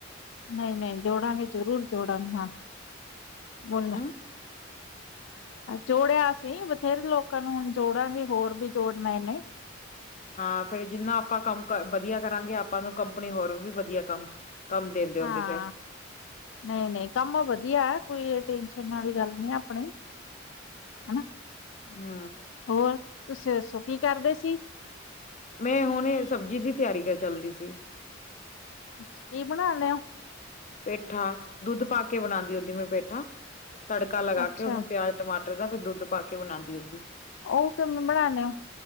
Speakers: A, on the left; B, on the left.
A: ਨਈ, ਨਈ ਜੋੜਾਂਗੇ ਜਰੂਰ ਜੋੜਾਂਗੇ ਹਾਂ, ਬੋਲੇਆ
B: ਹਮ
A: ਜੋੜੇਆ ਅਸੀ ਬਥੇਰੇ ਲੋਕਾਂ ਨੂੰ ਹੁਣ ਜੋੜਾਂਗੇ ਹੋਰ ਵੀ ਜੋੜਨਾ ਐ, ਨਈ।
B: ਹਾਂ ਫੇਰ ਜਿਨਾ ਆਪਾਂ ਕੰਮ ਵਧੀਆ ਕਰਾਂਗੇ, ਆਪ ਆਪਾਂ ਨੂੰ ਕੰਪਨੀ ਹੋਰ ਵੀ ਵਧੀਆ ਕੰਮ ਕੰਮ ਦਿੰਦੇ ਹੁੰਦੇ
A: ਹਾਂ
B: ਫੇਰ
A: ਨਈ, ਨਈ ਕੰਮ ਵਧੀਆ, ਕੋਈ ਟੈਨਸ਼ਨ ਆਲੀ ਗੱਲ ਨਈ ਅਪਨੀ। ਹਨਾ।
B: ਹੂੰ।
A: ਹੋਰ ਤੁਸੀ ਦੱਸੋ ਕੀ ਕਰਦੇ ਸੀ?
B: ਮੈਂ ਹੁਨੇ ਸਬਜੀ ਦੀ ਤਿਆਰੀ ਕ ਚੱਲਦੀ ਸੀ।
A: ਅੱਛ ਕੀ ਬਨਾ ਲੇਆ?
B: ਪੇਠਾ। ਦੁੱਧ ਪਾ ਕੇ ਬਨਾਦੀ ਹੁੰਦੀ ਮੈਂ ਪੇਠਾ, ਤੜਕਾ ਲਗਾ
A: ਅੱਛਾ
B: ਕੇ ੳਨੂੰ ਪਿਆਜ ਟਮਾਟਰ ਦਾ ਫੇਰ ਦੁੱਧ ਪਾ ਕੇ ਬਨਾਦੀ ਹੁੰਦੀ।
A: ੳਹ ਕਿਵੇਂ ਬਨਾਨੇ ੳ?